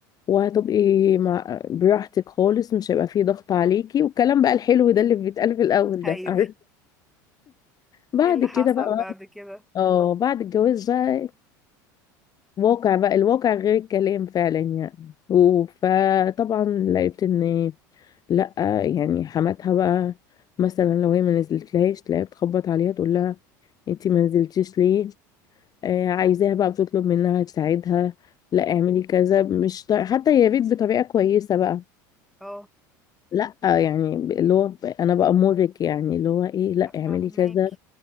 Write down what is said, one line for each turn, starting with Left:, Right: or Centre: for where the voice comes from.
Left: وهتبقي مع براحتك خالص مش هيبقى فيه ضغط عليكي والكلام بقى الحلو ده اللي بيتقال في الاول
Centre: ايوه
Left: ده <laughs> عارف
Centre: <laughs>
Left: بعد
Centre: ايه اللي
Left: كده
Centre: حصل
Left: بقى
Centre: بعد كده
Left: اه بعد الجواز بقى واقع بقى الواقع غير الكلام فعلا يعني و- فطبعا لقيت ان لا يعني حماتها بقى مثلا لو هي ما نزلتلهاش تلاقيها بتخبط عليها تقول لها انتي ما نزلتيش ليه آه عايزاها بقى بتطلب منها تساعدها لا اعملي كذا مش ط... حتى يا ريت بطريقة كويسة بقى
Centre: اه
Left: لا يعني ب- اللي هو ب- انا بأمرك يعني اللي هو ايه لا اعملي
Centre: فاهمك
Left: كذا